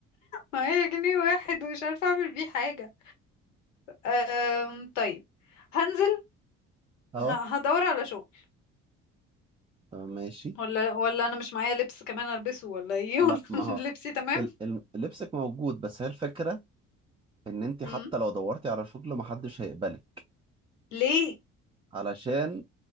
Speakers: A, on the left; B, on the right.
A: معايا جنيه واحد ومش عارفة اعمل بيه حاجة أم... طيب هنزل
B: اه
A: ه... هدور على شغل
B: طب ماشي
A: ولا ولا انا مش معايا لبس كمان البسه ولا ايه
B: لا
A: <laughs>
B: ما
A: ولا
B: هو
A: لبسي تمام
B: ال- ال- لبسك موجود بس هي الفكرة ان انت حتى
A: مم.
B: لو دورتي على شغل محدش هيقبلك
A: ليه
B: علشان